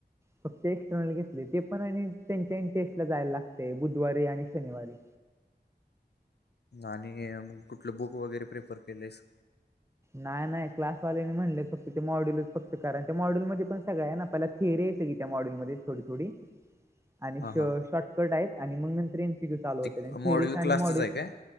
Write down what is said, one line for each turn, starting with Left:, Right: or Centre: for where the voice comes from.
Right: ह <unintelligible> <inaudible> फक्त एक्स्टर्नल घेतले ते पण आणि त्यांच्या इ टेस्ट ला जायला लागते बुधवारी आणि शनिवारी.
Left: आणि कुठलं बुक वगैरे प्रेफर केलयस?
Right: नाही नाही क्लासवाल्याने म्हणले फक्त ते मॉड्यलच फक्त कारण त्या मॉड्यलमध्ये पण सगळं आहे ना. पहीला थेरी येते की त्या मॉडेलमध्ये थोडी थोडी आणि
Left: हा
Right: श
Left: हा
Right: शॉर्टकट आहेत आणि मग नंतर एन पिक्यू चालू होते
Left: ते
Right: आणि
Left: मॉडेल
Right: थिअरीचा आणि
Left: क्लासचंच
Right: मॉडेल
Left: आहे काय